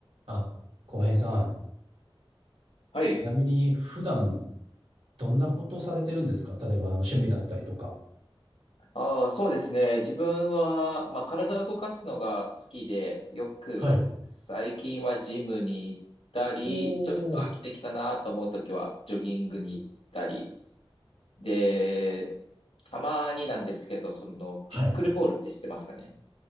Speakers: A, on the right; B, on the left.
A: あ、浩平さん、
B: はい。
A: ちなみに普段どんなことされてるんですか例えばあの趣味だったりとか。
B: ああ、そうですね。自分は、まあ、体を動かすのが好きで、よく最近はジムに行ったり、
A: はい。おー。
B: ちょっと飽きてきたなと思うときはジョギングに行ったり。で、たまになんですけど、その、
A: はい。
B: ピックルボールって知ってますかね